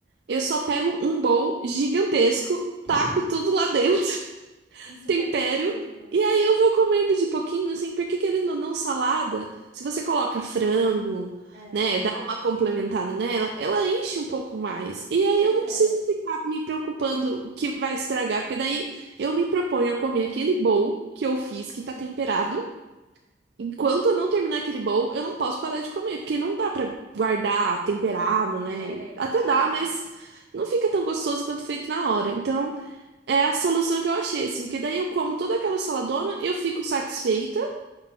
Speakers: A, on the right; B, on the right.
A: eu só pego um bowl gigantesco,
B: <laughs>
A: taco tudo lá dentro
B: Isso
A: tempero.
B: que é perfeito.
A: E aí eu vou comendo de pouquinho, assim, porque querendo ou não, salada, se você coloca frango,
B: É.
A: né, dá uma complementada nela, ela enche um pouco mais. E aí
B: Pois
A: eu não
B: é.
A: preciso ficar me preocupando que vai estragar, porque daí eu me proponho a comer aquele bowl que eu fiz, que tá temperado. Enquanto eu não terminar aquele bowl, eu não posso parar de comer, porque não dá pra guardar temperado, né?
B: É, fica
A: Até dá,
B: ruim.
A: mas não fica tão gostoso quanto feito na hora. Então, é a solução que eu achei, assim, que daí eu como toda aquela saladona, eu fico satisfeita